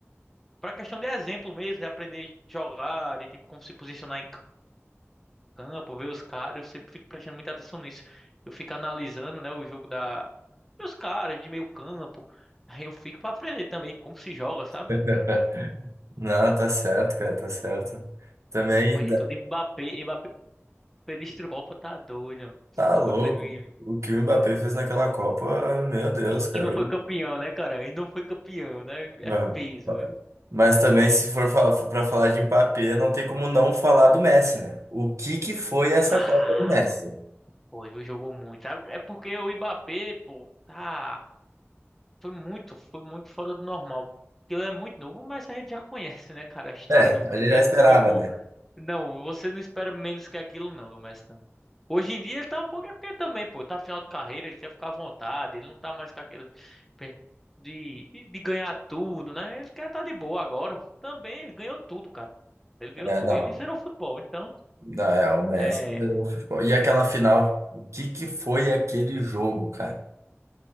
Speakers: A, in the centre; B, on the right (about 85°).
A: para questão de exemplo mesmo, de aprender a jogar, de tipo como se posicionar em campo, ver os caras, eu sempre fico prestando muita atenção nisso. Eu fico analisando, né, o jogo da dos caras de meio campo. Aí eu fico pra aprender também como se joga, sabe?
B: <laughs> Não, tá certo, cara, tá certo. Também
A: Acompanhei
B: ainda-
A: tudo. Mbappé, Mbappé destruiu a Copa, tá doido. mano. Essa
B: tá
A: Copa
B: louco.
A: de 2020.
B: O que o Mbappé fez naquela Copa, meu Deus,
A: E vinte.
B: cara.
A: e e não foi campeão, né, cara? E não foi campeão, né? É
B: Ah.
A: peso, viu?
B: Mas também, se for para falar de Mbappé, não tem como não falar do Messi, né? O que que foi essa
A: Ah,
B: Copa do Messi?
A: Foi, viu? Jogou muito. Ah, É porque o Mbappé, pô, tá. Foi muito, foi muito fora do normal. Ele é muito novo, mas a gente já conhece, né, cara, a história
B: É,
A: do Messi.
B: a gente já
A: Então,
B: esperava,
A: pô,
B: né?
A: não, você não espera menos que aquilo, não, do Messi, não. Hoje em dia ele tá um pouco. É porque também, pô, tá final de carreira, ele quer ficar à vontade, ele não tá mais com aquele. pe- De, de, de ganhar tudo, né? Ele quer tá de boa agora. Também, ele ganhou tudo, cara. Ele ganhou
B: É,
A: tudo.
B: não.
A: Ele zerou o futebol. Então.
B: Não, é, o Messi
A: é,
B: liderou o futebol. E aquela final, o que que foi aquele jogo, cara?